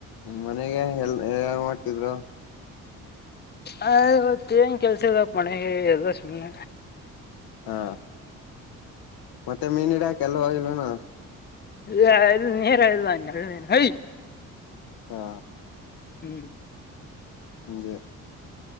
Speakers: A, on the left; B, on the left.
A: ಮನೆಗೆ ಎಲ್ ಯಾಗ ಮಾಡ್ತಿದ್ರು
B: ಅವತ್ತ ಏನ್ ಕೆಲ್ಸದ ಮನೆಗೆ ಎ ಸನಿಲ್ಲ
A: ಹಾ ಮತ್ತೆ ಮೀನ ಇಡಾಕೆಲ್ಲ ಇಲ್ಲನಾ
B: ರ ನೀರ ಮೇನು ಹ
A: ಹಾ
B: ಹ್ಮ್
A: ಗೆ